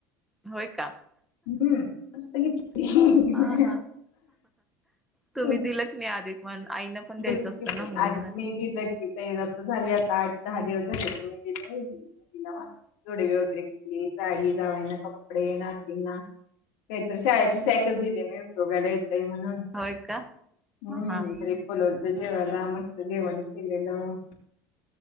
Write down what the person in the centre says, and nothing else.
होय का?
हा हा तुम्ही
दिलं की नाही आधी? पण आईनं पण द्यायचं
असतं
ना मुलींना
होय का
ह हा